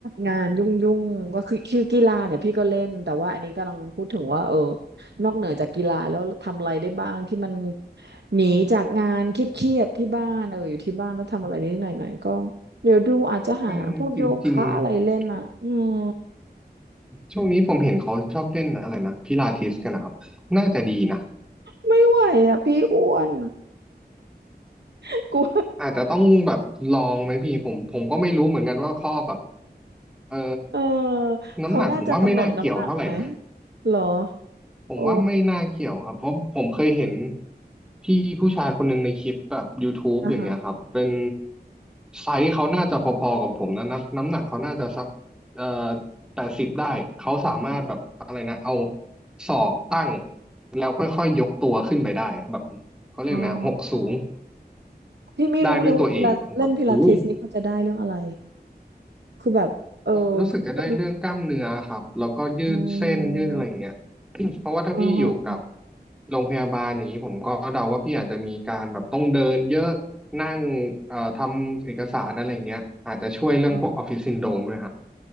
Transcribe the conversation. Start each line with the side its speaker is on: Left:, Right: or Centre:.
Right: งานยุ่งๆก็คือคือกีฬาเนี่ยพี่ก็เล่นแต่ว่าอันนี้กำลังพูดถึงว่าเออนอกเหนือจากกีฬาแล้วทำอะไรได้บ้างที่มันหนีจากงานเครียดๆที่บ้านเอออยู่ที่บ้านแล้วทำอะไรนิดหน่อยๆก็เดี๋ยวดูอาจจะหาพวกโยคะอะไรเล่นอ่ะอืม
Centre: เออจริงๆ ช่วงนี้ผมเห็นเขาชอบเล่นอะไรนะพิลาทิสกันนะครับน่าจะดีนะ
Right: ไม่ไหวอ่ะพี่อ้วน <laughs> กลัว
Centre: อาจจะต้องแบบลองไหมพี่ผมผมก็ไม่รู้เหมือนกันว่าข้อแบบเออ
Right: เออ
Centre: น้ำหนักผมว่าไม่น่าเกี่ยวเท่าไหร่นะ
Right: เขาน่าจะกำหนดน้ำหนักไหมเหรอ
Centre: ผมว่าไม่น่าเกี่ยวครับเพราะผมเคยเห็น
Right: โอ้
Centre: พี่ผู้ชายคนหนึ่งในคลิปแบบ YouTube
Right: อ่าฮะ
Centre: อย่างเงี้ยครับเป็นไซส์เขาน่าจะพอๆกับผมนะนักน้ำหนักเขาน่าจะสักเอ่อแปดสิบได้เขาสามารถแบบอะไรนะเอา
Right: โอ้โห
Centre: ศอกตั้งแล้วค่อยๆยกตัวขึ้นไปได้อะแบบเขาเรียกนะหกสูง
Right: อ๋อพี่ไม่รู้เลยว่าพิลาเล่นพิลาทิสนี่เขาจะได้เรื่องอะไร
Centre: ได้ด้วยตัวเองอะแบบหู
Right: คือแบบเออ
Centre: เอ่อรู้สึกจะได้เรื่องกล้ามเนื้อครับแล้วก็ยืดเส้นยืดอะไรอย่างเงี้ย
Right: คนอ๋อ
Centre: <coughs> <clears throat> เพราะว่าถ้าพี่อยู่กับ
Right: อ๋ออ๋อ
Centre: โรงพยาบาลอย่างนี้ผมก็เดาว่าพี่อาจจะมีการแบบต้องเดินเยอะนั่งเอ่อทำเอกสารอะไรอย่างเงี้ยอาจจะช่วยเรื่องพวกออฟฟิศซินโดรมด้วยฮะ
Right: อ๋อ